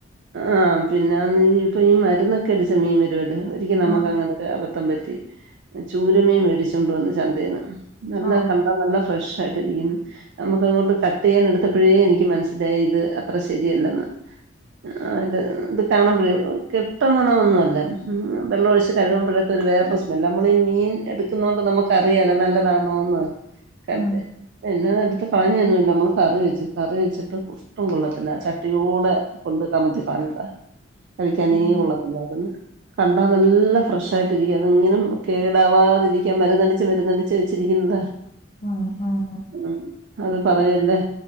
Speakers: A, on the right (about 60°); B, on the left (about 35°).
A: ആഹ് പിന്നെ ഇപ്പൊ ഈ മരുന്നൊക്കെ അടിച്ച മീൻ വരുല്ലേ ഒരിക്ക നമുക്ക്
B: ആഹ്
A: അങ്ങനൊരു അബദ്ധം പറ്റി ചൂര മീൻ മേടിചോണ്ട് വന്ന് ചന്തയിന്ന് നല്ല
B: ആഹ്
A: കണ്ട നല്ല ഫ്രഷ് ആയി നമുക്കങ്ങോട്ട് കട്ട്യ്യാൻ എടുത്തപ്പോഴേ എനിക്ക് മനസ്സിലായി ഇത് അത്ര ശരിയല്ലെന്ന് ആഹ് ഇത് കാണുമ്പോഴേ കെട്ട മണൊന്നുല്ല ഉം വെള്ള ഒഴിച്ച് കഴുമ്പോഴൊക്കെ ഒരു വേറെ സ്മെ- നമ്മളീ ഈ മീൻ എടുക്കുന്നോണ്ട് നമുക്കറിയാലോ നല്ലതാണോന്ന് ക-
B: ഉം
A: എന്നതെട്ത് എടുത്ത് കളഞ്ഞു തന്നൂ നമ്മള് കറി വെച്ചു കറി വെച്ചിട്ട് ഒട്ടും കൊള്ളത്തില്ല ചട്ടിയോടെ കൊണ്ട് <unintelligible> കഴിക്കാനേ
B: ഉം
A: കൊള്ളത്തില്ല <unintelligible> കണ്ടാ നല്ല ഫ്രഷ് ആയിട്ടിരിക്കും അത് ങ്ങനെ കേടാവാതിരിക്കാൻ മരുന്നടിച്ച് മരുന്നടിച്ച് വെച്ചിരിക്കുന്ന താ
B: ഉം ഉം
A: ഉം അത് പറയല്ലേ